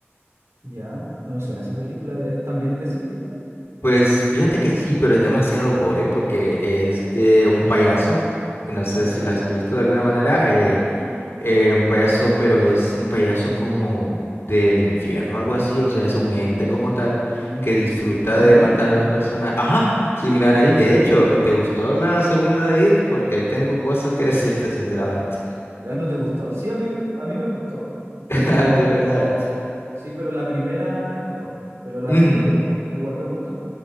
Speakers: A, on the right; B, on the left.
A: Ya, no me suena esa película, ¿es también de ese estilo?
B: Pues fíjate que sí, pero es demasiado gore porque es de un payaso. que No sé
A: Ya,
B: si lo has visto de alguna manera.
A: no,
B: eh,
A: no, no.
B: eh, un payaso, pero es un payaso como del infierno, algo así. O sea, es un ente como tal
A: Mm,
B: que disfruta
A: Como
B: de matar
A: It,
B: a las personas. Ajá, similar ahí.
A: parece.
B: De hecho, ¿te gustó la segunda de It? Porque ahí tengo cosas que decirte, sinceramente.
A: Ah, ¿No te gustó? Sí, a mí, me- a mí me gustó,
B: <laughs>
A: pero
B: De verdad.
A: oh, sí, pero la primera es mejor, pero la
B: Ujú.
A: segunda igual, igual me gustó.